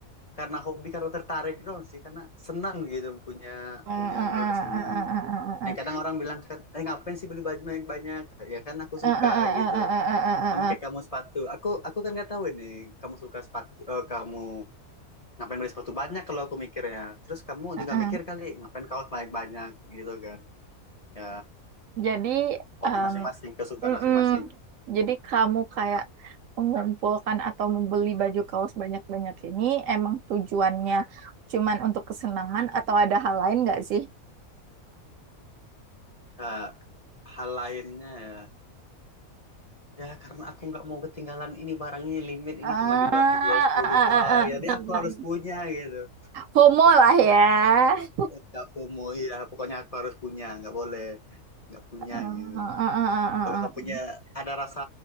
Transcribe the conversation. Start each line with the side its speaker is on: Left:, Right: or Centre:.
Left: karena hobi karena tertarik doang sih karena senang gitu punya
Right: heeh,
Left: punya
Right: heeh,
Left: ini udah seneng
Right: heeh, heeh, heeh,
Left: yang kadang orang bilang kan eh ngapain sih beli baju banyak banyak ya kan aku suka
Right: heeh, heeh, heeh,
Left: gitu
Right: heeh, heeh, heeh, heeh,
Left: sama
Right: heeh,
Left: kayak kamu sepatu aku aku kan nggak tahu nih kamu suka sepatu oh kamu ngapain beli sepatu banyak kalau aku mikir ya terus kamu
Right: heeh,
Left: juga
Right: heeh.
Left: mikir kali ngapain kaos banyak banyak gitu kan ya
Right: Jadi,
Left: hobi
Right: em,
Left: masing-masing kesukaan
Right: mm-mm.
Left: masing-masing
Right: jadi kamu kayak mengumpulkan atau membeli baju kaos banyak-banyak ini emang tujuannya cuman untuk kesenangan atau ada hal lain nggak sih?
Left: ya, hal lainnya ya ya karena aku nggak mau ketinggalan ini barang ini limit
Right: Ah,
Left: ini cuma diba-
Right: ah,
Left: dijual 10
Right: ah,
Left: doang
Right: ah,
Left: jadi
Right: ah,
Left: aku
Right: ah.
Left: harus punya gitu
Right: Homo
Left: pokoknya
Right: lah
Left: aku
Right: ya.
Left: eh, aku mau ya pokoknya aku harus punya nggak boleh nggak punya
Right: Ah,
Left: gitu
Right: ah, ah, ah,
Left: kalau nggak
Right: ah.
Left: punya ada rasa